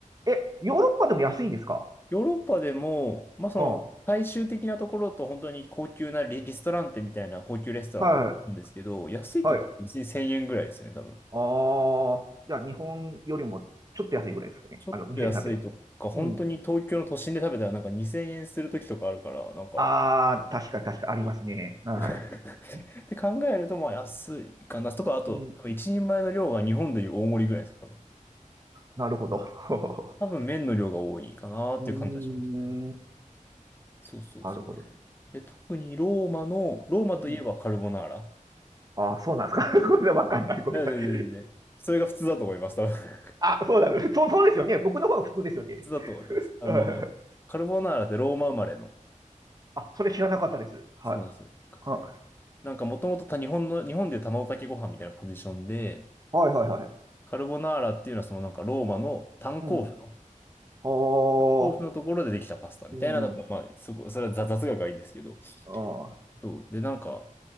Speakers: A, on the right; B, on the left.
A: え、ヨーロッパでも安いんですか
B: ヨーロッパでも、まあその、
A: ああ、
B: 大衆的なところと本当に高級なリ、リストランテみたいな高級レストランなんですけど、
A: はい、
B: 安いとこっ別に1000円ぐらいですよね、
A: はい。
B: 多分。
A: ああ、じゃあ日本よりもちょっと安いぐらいですかね。
B: ちょっと安いとか、
A: あの、店で食べる。
B: 本当に東京の都心で食べたらなんか2000円するときとかあるから、
A: うん。
B: なんか、
A: ああ、確かに確かにありますね。
B: そう
A: は
B: <laughs>
A: い。
B: って考えると、まあ安いかなとか、あと、
A: うん、
B: 多分一人前の量が日本でいう大盛りぐらいですよ、多分。
A: なるほど。<laughs>
B: 多分麺の量が多いかなっていう感じはしましたね。
A: うーん、な
B: そうそうそう。
A: るほどね。
B: で、特にローマの、ローマといえばカルボナーラ。
A: うん。ああ、そうなんですか。<laughs> ごめんなさい、わかんない。ごめんなさい。
B: え、で、で、で、で、それが普通だと思います、多分。<laughs> 普
A: あ、そうなんです。そう、そうですよね。僕の方が普通ですよね。
B: 通だと思います。
A: <laughs>
B: あの、
A: はい
B: カルボナーラってローマ生まれの。
A: あ、それ知らなかったです。はい。
B: そうなんですよ。
A: は
B: そうなんですなんかもともと日本の、日本でいう卵かけご飯みたいなポジションで、
A: い、はい、はいはい。
B: カルボナーラっていうのはそのなんかローマの炭鉱夫の、
A: うん。ああ、
B: 鉱夫のところでできたパスタみたいな、
A: うん。
B: まあ、そこ、それは雑雑学がいいんですけど、
A: ああ。
B: そう。で、なんか、